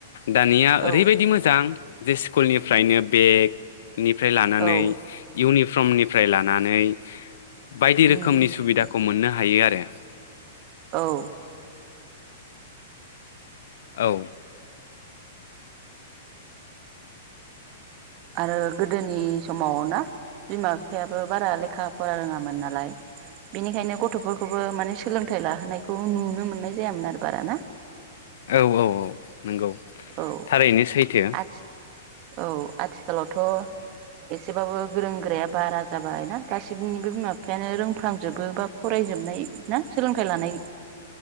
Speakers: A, on the left; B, on the right.
A: दानिया
B: औ
A: ओरैबायदि मोजां जे स्कुलनिफ्रायनो बेग निफ्राय लानानै
B: औ
A: इउनि फ्रमनिफ्राय लानानै बायदि
B: उम
A: रोखोमनि सुबिदाखौ मोननो हायो आरो। <unintelligible>
B: औ।
A: औ।
B: आरो गोदोनि समाव ना बिमा बिफायाबो बारा लेखा फरा रोङामोन नालाय बेनिखायनो गथ'फोरखौबो माने सोलोंथाइ लाहोनायखौ नुनो मोननाय जायामोन आरो बारा ना।
A: औ औ औ। नंगौ
B: औ
A: थारैनो सैथो।
B: आथि औ आथिखालावथ' एसेबाबो गोरों गोराया बारा जाबाय ना गासैनिबो बिमा बिफायानो रोंफ्रांजोबो बा फरायजोबनाय ना सोलोंथाइ लानाय